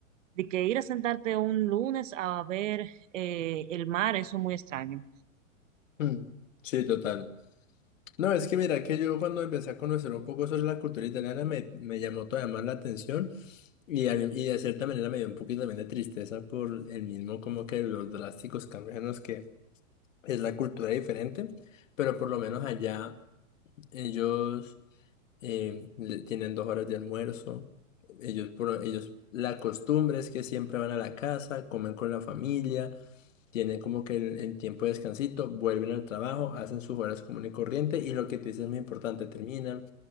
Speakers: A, on the right (about 65°); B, on the left (about 65°).
A: De que ir a sentarte un lunes a ver eh, el mar, eso es muy extraño.
B: Mm, Sí, total. No, es que mira que yo cuando empecé a conocer un poco sobre la cultura italiana me, me llamó todavía más la atención y, a- mí y de cierta manera me dio un poquito también de tristeza por el mismo como que los drásticos cambios en los que es la cultura diferente, pero por lo menos allá ellos eh, le- tienen dos horas de almuerzo, ellos, por, ellos la costumbre es que siempre van a la casa, comen con la familia tienen como que el, el tiempo de descansito, vuelven al trabajo, hacen sus horas común y corriente y lo que te dices es muy importante, terminan,